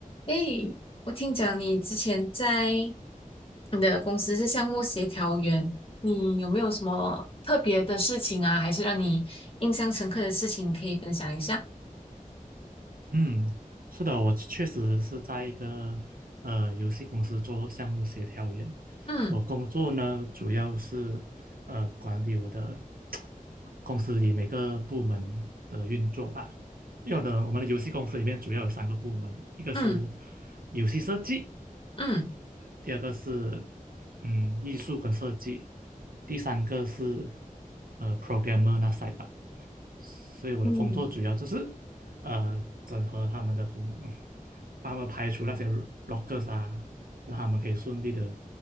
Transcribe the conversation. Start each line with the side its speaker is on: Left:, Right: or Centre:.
Left: 诶，我听讲你之前在你的公司是项目协调员，你有没有什么特别的事情啊，还是让你印象深刻的事情可以分享一下？
Right: 嗯，是的，我确实是在一个呃游戏公司做项目协调员。
Left: 嗯
Right: 我工作呢，主要是呃管理我的公司里每个部门的运作吧。有的，我们的游戏公司里面主要有三个部门，一个是
Left: 嗯
Right: 游戏设计，
Left: 嗯
Right: 第二个是嗯艺术跟设计，第三个是呃 programmer 那 side 吧。所以我的工作主要就是
Left: 嗯
Right: 呃整合他们的工，帮他们排除那些 r o c k e r s 啊，让他们可以顺利的